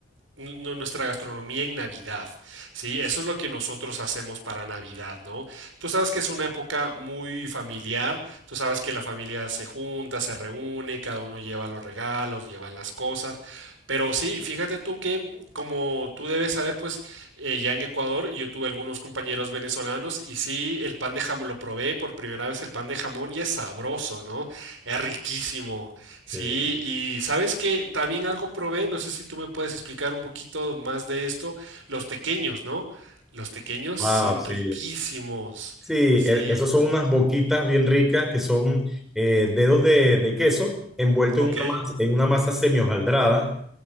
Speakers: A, on the right; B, in the centre.
A: nuestra gastronomía en Navidad, ¿sí? Eso es lo que nosotros hacemos para Navidad, ¿no? Tú sabes que es una época muy familiar, tú sabes que la familia se junta, se reúne, cada uno lleva los regalos, llevan las cosas, pero sí, fíjate tú que, como tú debes saber, pues eh, ya en Ecuador yo tuve algunos compañeros venezolanos y sí, el pan de jamón, lo probé por primera vez el pan de jamón y es sabroso, ¿no? Es riquísimo. Sí,
B: Sí.
A: y sabes que también algo probé, no sé si tú me puedes explicar un poquito más de esto, los tequeños, ¿no? Los tequeños
B: Wow,
A: son
B: sí.
A: riquísimos.
B: Sí,
A: Sí,
B: e- esos son unas boquitas bien ricas que son eh, dedos de, de queso envueltos
A: ok.
B: en una masa, en una masa semi hojaldrada